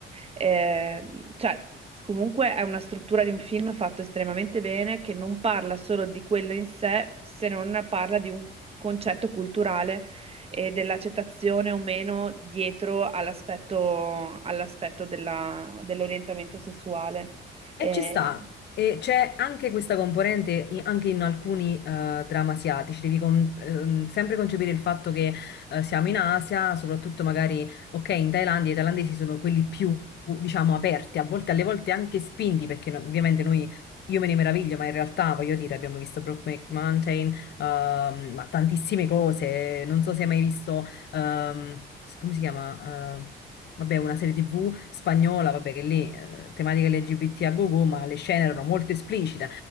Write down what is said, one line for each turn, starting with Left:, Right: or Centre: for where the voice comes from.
Right: eh, cioè, comunque è una struttura di un film fatto estremamente bene, che non parla solo di quello in sé, se non parla di un concetto culturale e dell'accettazione o meno dietro all'aspetto all'aspetto della- dell'orientamento sessuale. Eh,
Left: E ci sta, e c'è anche questa componente i- anche in alcuni eh, drammi asiatici, devi con- ehm, sempre concepire il fatto che eh, siamo in Asia, soprattutto magari, ok, in Thailandia i thailandesi sono quelli più, diciamo, aperti, a volte, alle volte anche spinti, perché no- ovviamente noi, io me ne meraviglio, ma in realtà, voglio dire, abbiamo visto Brokeback Mountain, ehm, ma tantissime cose, non so se hai mai visto, ehm, s- come si chiama? Eh, vabbè, una serie TV spagnola, vabbè, che lì eh, tematiche LGBT a go-go, ma le scene erano molto esplicite.